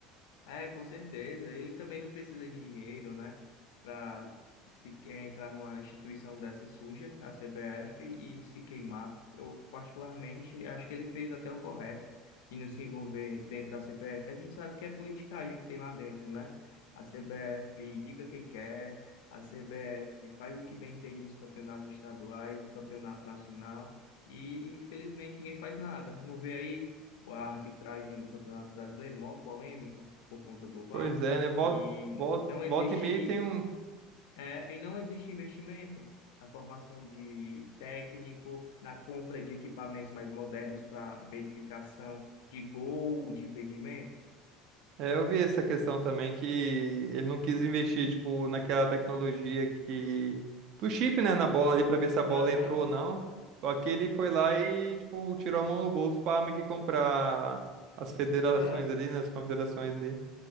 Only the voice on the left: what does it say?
É, com certeza. Ele também não precisa de dinheiro, né? Para se quer entrar numa instituição dessa suja, a CBF, e se queimar. Eu, particularmente, acho que ele fez até o correto de não se envolver dentro da CBF, que a gente sabe que é politicagem que tem lá dentro, né? A CBF indica quem quer, a CBF faz o que bem entende nos campeonatos estaduais, no campeonato nacional, e infelizmente ninguém faz nada. Não vê aí a arbitragem do Campeonato Brasileiro, maior polêmica por conta do VAR,
e
não existe,
é, e não existe investimento na formação de técnico, na compra de equipamentos mais modernos para verificação de gol, de impedimento.
Aham,
é.